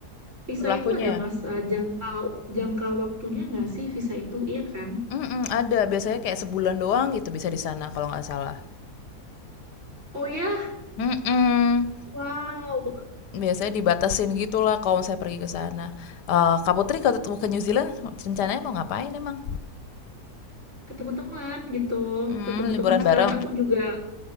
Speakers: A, on the right; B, on the left.
A: visa
B: berlakunya
A: itu ada
B: ya?
A: masa jangka jangka waktunya nggak sih visa itu iya kan?
B: Mhm, ada. Biasanya kayak sebulan doang gitu bisa di sana kalau nggak salah.
A: Oh ya,
B: Mhm,
A: wow,
B: biasanya dibatasin gitulah kalau misalnya pergi ke sana. Eee, Kak Putri kalau mau ke New Zealand rencananya mau ngapain emang?
A: ke teman-teman gitu,
B: Mmm,
A: ke teman-teman
B: liburan
A: sekalian
B: bareng?
A: aku juga